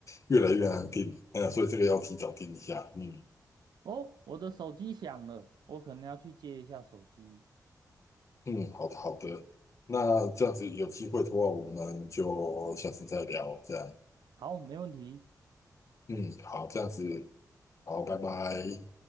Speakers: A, on the left; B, on the right.
A: 越来越难定，呃，所以这个要提早定一下。嗯
B: 哦，我的手机响了，我可能要去接一下手机。
A: 嗯，好的好的，那这样子有机会的话，我们就下次再聊，这样。
B: 好，没问题。
A: 嗯，好，这样子，好，拜拜。